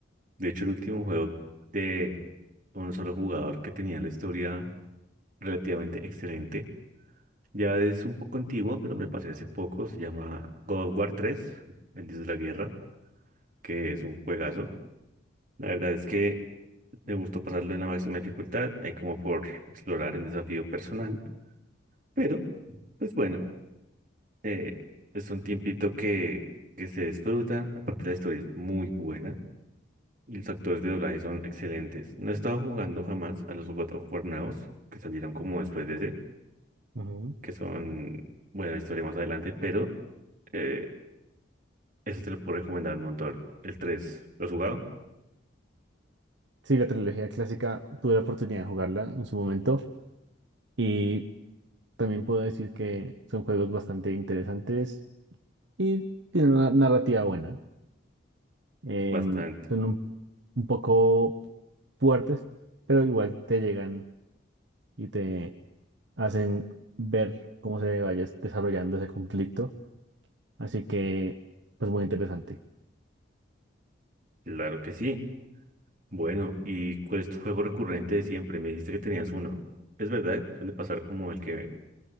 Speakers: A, on the right (about 45°); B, on the right (about 65°).
A: De hecho, el último juego de un solo jugador que tenía la historia relativamente excelente. Ya es un poco antiguo, pero me lo pasé hace poco. Se llama God of War tres el Dios de la Guerra, que es un juegazo. La verdad es que me gustó pasarlo en la máxima dificultad. Hay como por explorar un desafío personal, pero pues bueno, eh, es un tiempito que, que se disfruta. Aparte, la historia es muy buena. Y los actores de doblaje son excelentes. No he estado jugando jamás a los God of War nuevos, que salieron como después de ese,
B: ¿no?
A: que son, bueno, la historia más adelante, pero eh, eso te lo puedo recomendar un montón. El 3, ¿lo has jugado?
B: Sí, la trilogía clásica tuve la oportunidad de jugarla en su momento y también puedo decir que son juegos bastante interesantes y tienen una narrativa buena. Em,
A: Bastante.
B: son un, un poco fuertes, pero igual te llegan y te hacen ver cómo se vaya desarrollando ese conflicto. Así que, pues muy interesante.
A: Claro que sí. Bueno, ¿y cuál es tu juego recurrente de siempre? Me dijiste que tenías uno. Es verdad, suele pasar como el que